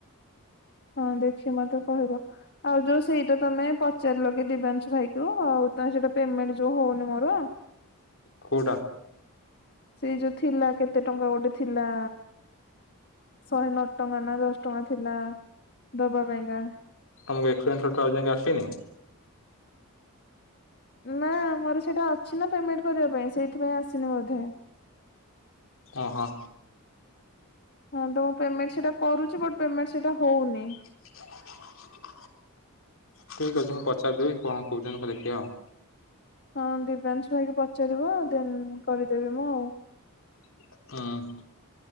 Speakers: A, on the left; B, on the left.
A: ହଁ ଦେଖି ମତେ କହିବ। ଆଉ ଯୋଉ ସେଇଟା ତମେ ପଚାରିଲ କି ଦିବ୍ୟାଂଶୁ ଭାଇ କୁ ଆଉ ତମେ ସେଇଟା ପେମେଣ୍ଟ ଯୋଉ ହଉନି ମୋର।
B: କୋଉଟା?
A: ସେଇ ଯୋଉ ଥିଲା କେତେ ଟଙ୍କା ଗୋଟେ ଥିଲା। ଶହେ ନଅ ଟଙ୍କା ନା ଦଶ ଟଙ୍କା ଥିଲା ଦବା ପାଇଁକା।
B: ତମକୁ ଏକ୍ି <unintelligible> ଆସିନି।
A: ନା ମୋର ସେଇଟା ଅଛି ନା ପେମେଣ୍ଟ କରିବା ପାଇଁ ସେଇଥିପାଇଁ ଆସିନି ବୋଧେ।
B: ଓହୋ।
A: ହଁ ତ ମୁଁ ପେମେଣ୍ଟ ସେଟା କରୁଛି ବାଟ ପେମେଣ୍ଟ ସେଟା ହଉନି।
B: <inaudible> ଠିକ ଅଛି ମୁଁ ପଚାରିଦେବି କଣ କହୁଛନ୍ତି ଦେଖିବା।
A: ହଁ ଦିବ୍ୟାଂଶ ଭାଇକି ପଚାରିବ ଦେନ କରିଦେବି ମୁଁ ଆଉ।
B: ହଁ।